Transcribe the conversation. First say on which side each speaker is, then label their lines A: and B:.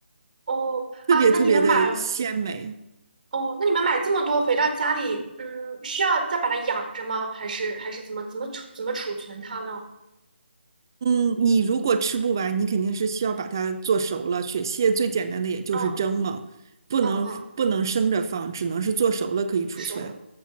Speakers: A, on the right (about 40°); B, on the right (about 20°).
A: 哦，哦啊，
B: 特别特别的鲜美。
A: 那你们买哦，那你们买这么多回到家里，嗯，需要再把它养着吗？还是还是怎么怎么储怎么储存它呢？
B: 嗯，你如果吃不完，你肯定是需要把它做熟了。雪蟹最简单的也就是蒸嘛，
A: 嗯
B: 不能不能生着放，
A: 嗯嗯，
B: 只能是做熟了可以储存。
A: 收了。